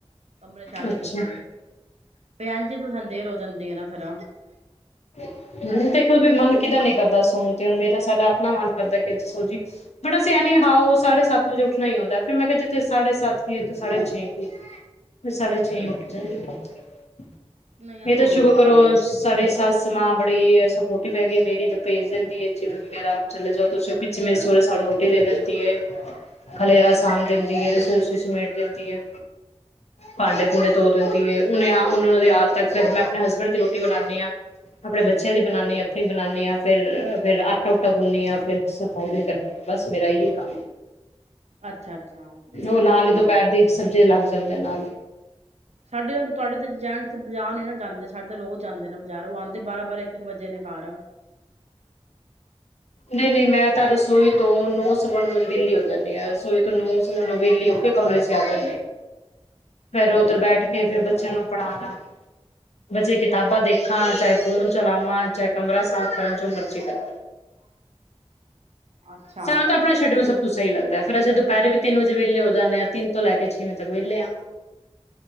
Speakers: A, on the right; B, on the left.
A: ਕਮਰੇ ਜਾ ਕੇ
B: ਅੱਛਾ
A: ਸੁੱਤੇਿਆ ਏਝ ਹੀ ਤੇ ਸਾਨੂੰ ਦੇਰ ਹਦੇ ਰੋ ਜਾਂਦੀ ਆ ਨਾ ਫੇਿਰ
B: ਹਮ ਦੇਖੋ ਵੀ ਮਨ ਕਿਦਾਂ ਨੀ ਕਰਦਾ ਸੋਣ ਤੇ ਹੁਣ ਮੇਰਾ ਸਾਡਾ ਆਪਣਾ ਮਨ ਕਰਦਾ ਕਿ ਦ ਸੋ ਜੀ ਬੜਾ ਅਸੀ ਅਨੀ ਹਓ ਸਾਢੇ ਸੱਤ ਵਜੇ ਉੱਠਣਾ ਹੀ ਹੁੰਦਾ ਫਿਰ ਮੈਂ ਕਿਹਾ ਜਿੱਥੇ ਸਾਢੇ ਸੱਤ ਵੀ ਉਥ ਸਾਢੇ ਛੇ ਫਿਰ ਸਾਢੇ ਛੇਠ ਇਹ
A: ਨਹੀਂ ਅਸੀਂ
B: ਤਾਂ
A: ਨਹੀਂ
B: ਸ਼ੁਕਰ
A: ਉੱਠ
B: ਕਰੋ
A: ਪਾਂਦੇ।
B: ਸਾਡ ਸੱਸ ਸਮਾਂ ਬੀ ਇਹ ਸਪੋਰਟਿਵ ਹੈਗੀ ਮੇਰੀ ਦੁੇ ਿੰਦੀ ਹੈ ਜਿਮ ਵਗੈਰਾ ਚਲੇ ਜਾਓ ਤੁਸੀਂ ਪਿੱਛੇ ਸਾਰੇ ਸਾਲ ਰੋਟ ਹੀ ਦੇ ਜ ਖਲੇਰਾ
A: ਅੱਛਾ,
B: ਸਾਂਭ ਦੇਦੀ ਹੈ ਰਸੋਈ ਵਿਚ ਕਿਸਨੂੰ ਆਡ ਦਿੰਦੀ ਹੈ ਭਾਂਡੇ
A: ਅੱਛਾ,
B: ਭੂੰਡੇ ਧੋ ਦਿੰਦੀ ਹੈ ਉਹਨੇ ਉਹਨ ਦੇ ਆਣ ਤੱਕ ਮੈਂ ਆਪਣੇ ਹਸਬੈਂਡ ਦੀ ਰੋਟੀ ਬਣਾਉਦੀ ਹਾਂ ਆਪਣੇ ਬੱਚਿਆਂ ਦੀ ਬਣਾਨੀ ਆਪਣੀ ਬਣਾਨੀ ਹਾਂ ਫਿਰ ਫਿਰ ਆਟਾ ਉਟਾ ਗੁੰਨੀ ਹ ਫਿਰ ਸਫਾਈ ਵੀ ਕਰ ਬਸ ਮੇਰਾ ਇਹੀਓ ਕੰਮ ਹੈ,
A: ਅੱਛਾ, ਅੱਛਾ ਨਹੀਂ
B: ਉਹ ਨਾਲ
A: ਅਸੀਂ ਨਹੀਂ।
B: ਹੀ ਦੁਪਹਿਰ ਦੀ ਸਬਜ਼ੀ ਅਲੱਗ ਚਲਦੇ ਨਾਲ
A: ਸਾਡੇ ਤੁਹਾਡੇ ਤੇ ਜੈਂਟਸ ਬਾਜ਼ਾਰ ਨ ਨਾ ਜਾਂਦੇ ਸਾਡੇ ਤਾਂ ਰੋਜ਼ ਜਾਂਦੇ ਨੇ ਬਾਜ਼ਾਰ ਉਹ ਆਂਦੇ ਬਾਰਾਂ ਬਾਰਾਂ ਇੱਕ ਇੱਕ ਵਜੇ ਨੇ ਘਰ
B: ਨਹੀਂ ਨਹੀਂ ਮੈਂ ਤਾਂ ਦੱਸ ਰਸੋਈ ਤੋਂ ਨੌਸਵਾ ਨੋ ਵੈਲੀ ਹੋ ਜਾਂਦੀ ਹੈ ਰਸੋਈ ਨੂੰ ਵਿਹਲੀ ਹੋ ਕੇ ਕਮਰੇ ਚ ਆ ਗ ਫੇਰ
A: ਅੱਛਾ,
B: ਉੱਧਰ ਬੈਠ ਕੇ ਫੇਿਰ ਬੱਚਿਆਂ ਨੂੰ ਪੜਾਨਾ ਬੱਚੇ ਕਿੇ ਕਿਤਾਬਾਂ ਦੇਖਾਂ ਚਾਹੇ ਫ਼ੋਨ ਚਲਾਵਾਂ ਚਾਹੇ ਕਮਰਾ ਸਾਫ਼ ਕਰ ਜੋ ਮਰਜ਼ੀ ਕਰਾਂ
A: ਅੱਛਾ,
B: ਸਾਨੂੰ ਤਾਂ ਆਪਣਾ ਸ਼ਡਿਊਲ ਸਭ ਤੋਂ ਸਹੀ ਲੱਗਦਾ ਫਿਰ ਅਸੀ ਦੁਪਹਿਰੇ ਵੀ ਤਿੰਨ ਵਜੇ ਵਹਲੇ ਹੋ ਜਾਂਦੇ ਆ ਤਿੰਨ ਤੋਂ ਲੈ ਕੇ ਛੇਂ ਵਜੇ ਤਕ ਤੱਕ ਵਿੇਹਲੇਿਆ